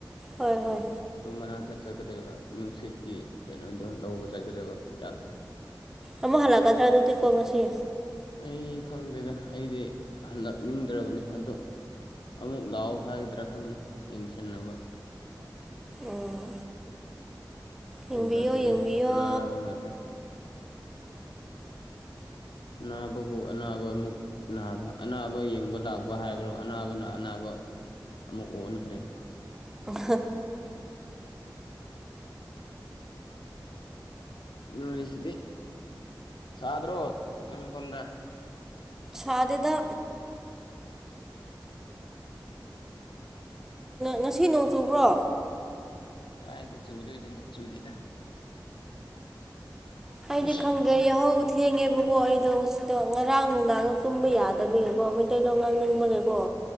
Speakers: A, in the centre; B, on the left (about 85°).
A: ꯍꯣꯏ ꯍꯣꯏ
B: ꯑꯗꯨꯗ ꯃꯅꯥꯛꯇꯛ ꯆꯠꯀꯗꯣꯏꯕ ꯅꯨꯡꯁꯤꯠꯀꯤ ꯀꯩꯅꯣꯗꯣ ꯂꯧꯕ ꯆꯠꯀꯗꯣꯏꯕ ꯍꯤꯗꯥꯛꯇꯣ
A: ꯑꯃꯨꯛ ꯍꯜꯂꯛꯀꯗ꯭ꯔꯥ ꯑꯗꯨꯗꯤꯀꯣ ꯉꯁꯤ
B: ꯑꯩ ꯈꯪꯗꯦꯗ ꯑꯩꯗꯤ ꯍꯜꯂꯛꯅꯤꯡꯗ꯭ꯔꯕꯅꯤ ꯑꯗꯣ ꯑꯃꯨꯛ ꯂꯥꯛꯑꯣ ꯍꯥꯏꯒꯗ꯭ꯔꯥ ꯈꯪꯗꯦ ꯌꯦꯡꯁꯤꯟꯅꯕ
A: ꯎꯝ
B: ꯀꯤꯟꯇ
A: ꯌꯦꯡꯕꯤꯌꯣ
B: ꯑꯗꯨꯅꯕ
A: ꯌꯦꯡꯕꯤꯌꯣ
B: ꯉ ꯑꯅꯥꯕꯕꯨ ꯑꯅꯥꯕ ꯑꯃꯨꯛ ꯑꯅꯥꯕ ꯑꯅꯥꯕ ꯌꯦꯡꯕ ꯂꯥꯛꯄ ꯍꯥꯏꯕ꯭ꯔꯥ ꯑꯅꯥꯕꯅ ꯑꯅꯥꯕ ꯑꯃꯨꯛ ꯑꯣꯟꯈ꯭ꯔꯦꯅꯦ
A: ꯍꯍ
B: ꯌꯨꯅꯤꯚꯁꯤꯇꯤ ꯆꯗ꯭ꯔꯣ ꯎꯝꯗ
A: ꯁꯗꯗ
B: ꯎꯝ
A: ꯉꯁꯤ ꯅꯣꯡ ꯆꯨꯕ꯭ꯔꯣ
B: ꯇ ꯑꯥꯏꯗꯤ ꯆꯨꯗꯣꯏꯅꯤ ꯆꯨꯗꯗ
A: ꯑꯩꯗꯤ
B: ꯑꯁ
A: ꯈꯪꯒꯦꯍꯧ ꯊꯦꯡꯉꯦꯕꯀꯣ ꯑꯩꯗꯣ ꯉꯁꯤꯗꯣ ꯉꯔꯥꯡ ꯅꯨꯡꯗꯥꯡꯗ ꯇꯨꯝꯕ ꯌꯥꯗꯕꯒꯤꯀꯣ ꯃꯩꯇꯩꯂꯣꯟꯣ ꯉꯥꯡꯅꯤꯡꯕꯒꯦꯀꯣ